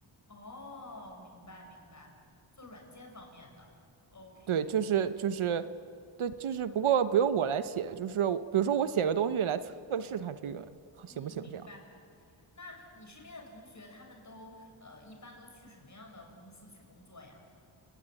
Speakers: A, on the left (about 35°); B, on the right (about 75°).
A: 哦，明白明白，做软件方面的。OK，
B: 对，就是就是对，就是不过不用我来写，就是我比如说我写个东西来测试他这个行不行这样。
A: 嗯，明白。那你身边的同学，他们都呃，一般都去什么样的公司去工作呀？